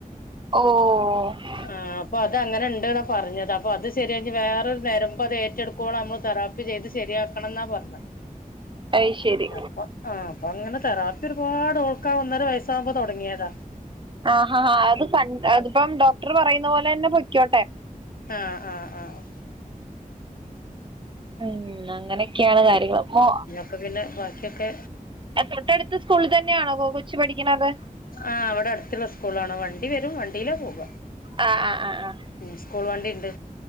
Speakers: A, on the right (about 35°); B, on the left (about 80°).
A: ഓഹ്
B: ആഹ് അപ്പൊ അത ങ്ങനെണ്ട്ന്നാ പറഞ്ഞത്. അപ്പൊ അത് ശെരിയാക്കി വേറൊരു നെരമ്പ് അതേറ്റെടു ക്കോളം നമ്മള് തെറാപ്പി ചെയ്ത് ശരിയാക്കണം ന്നാ പറഞ്ഞത്.
A: അത് ശരി
B: അപ്പ ആഹ് അപ്പങ്ങനെ തെറാപ്പി ഒരുപാട് ഓൾക്കാ ഒന്നര വയസ്സാകുമ്പോ തൊടങ്ങിയതാ.
A: ആഹ് ഹാ അത് പൺ അതിപ്പം ഡോക്ടർ പറയുന്ന പോലെന്നെ പൊയ്ക്കോട്ടെ
B: ആഹ് ആഹ് ആഹ്
A: ഉം അങ്ങനെക്കെയാണ് കാര്യങ്ങൾ മോ
B: പ്പ പിന്നെ ബാക്കിയൊക്കെ
A: അ തൊട്ടടുത്ത സ്കൂളിൽ തന്നെയാണോ കൊ കൊച്ച് പഠിക്കണത്?
B: ആഹ് അവിടടുത്തുള്ള സ്കൂളാണ് വണ്ടി വരും വണ്ടിയിലാ പോവ
A: ആഹ് ആഹ് ആഹ് ആഹ്
B: ഉം സ്കൂൾ വണ്ടിണ്ട്